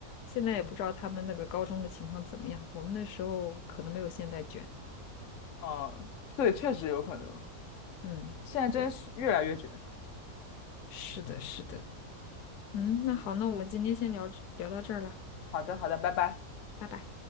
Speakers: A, on the left; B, on the left.
A: 现在也不知道他们那个高中的情况怎么样，
B: 嗯，
A: 我们那时候可能没有现在卷。
B: 啊，对，确实有可能，
A: 嗯，
B: 现在真是越来越卷。
A: 对，是的，是的。嗯，那好，那我们今天先聊聊到这儿了，
B: 好的，好的，拜拜。
A: 拜拜。